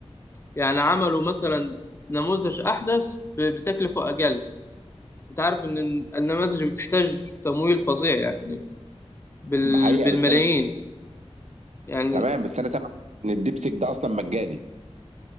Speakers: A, on the left; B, on the right.
A: يعني عملوا مثلا نموذج احدث ب- بتكلفة اقل انت عارف ان الن- النماذج بتحتاج تمويل فظيع يعني بال...
B: ده حقيقه
A: بالملايين
B: بس انا
A: يعني
B: تمام بس انا سامع ان الدبسك ده اصلا مجاني